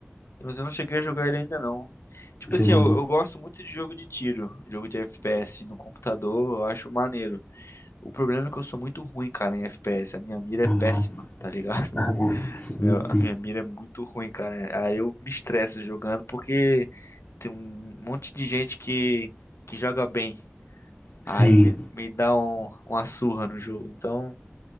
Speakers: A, on the left; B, on the left.
A: Mas eu não cheguei a jogar ele ainda não. Tipo
B: Chegou
A: assim, eu,
B: no.
A: eu gosto muito de jogo de tiro, jogo de FPS no computador, eu acho maneiro. O problema é que eu sou muito ruim, cara, em FPS. A minha mira
B: Ah,
A: é péssima, tá ligado?
B: ah, sim,
A: Meu-
B: sim.
A: a minha mira é muito ruim, cara. Aí eu me estresso jogando porque tem um monte de gente que, que joga bem. Aí
B: Sim.
A: me, me dá um, uma surra no jogo. Então